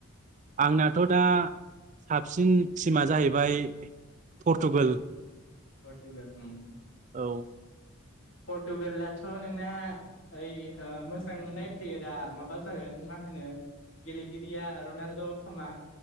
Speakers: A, on the right (about 35°); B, on the left (about 65°).
A: आंनाथ' दा साबसिन थिमा जाहैबाय पर्टुगाल।
B: पर्तुगाल उम
A: औ
B: पर्टुगलाथ' नोंना ओय ओ मोजां मोननाय प्लेयारा माबा जागोन मा होनो गेलेगिरिया रनाल्द' खोमा